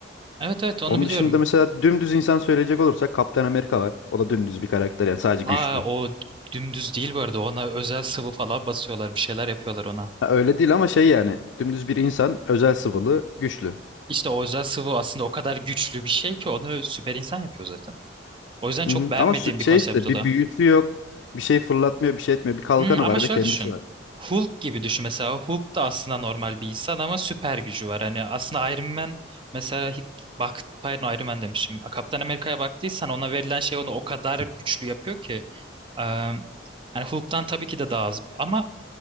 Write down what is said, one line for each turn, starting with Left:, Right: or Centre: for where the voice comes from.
Right: Evet evet onu
Left: Onun
Right: biliyorum.
Left: dışında mesela dümdüz insan söyleyecek olursak Kaptan Amerika var. O da dümdüz bir karakter yani sadece güçlü.
Right: Aa o dümdüz değil bu arada. Ona özel sıvı falan basıyorlar. Bir şeyler yapıyorlar ona.
Left: Ha, öyle değil ama şey yani dümdüz bir insan özel sıvılı güçlü.
Right: İşte o özel sıvı aslında o kadar güçlü bir şey ki onu süper insan yapıyor zaten. O yüzden çok
Left: Hı hı.
Right: beğenmediğim
Left: Ama sü- şey
Right: bir konsept
Left: işte
Right: o
Left: bir
Right: da.
Left: büyüsü yok. Bir şey fırlatmıyor bir şey etmiyor. Bir kalkanı
Right: Hmm, ama
Left: var
Right: şöyle
Left: ve kendisi
Right: düşün.
Left: var.
Right: Hulk gibi düşün mesela. Hulk da aslında normal bir insan ama süper gücü var. Hani aslında Iron Man mesela hiç- bak pardon Iron Man demişim. Kaptan Amerika'ya baktıysan ona verilen şey onu o kadar güçlü yapıyor ki. Eee hani Hulk'tan tabii ki de daha az ama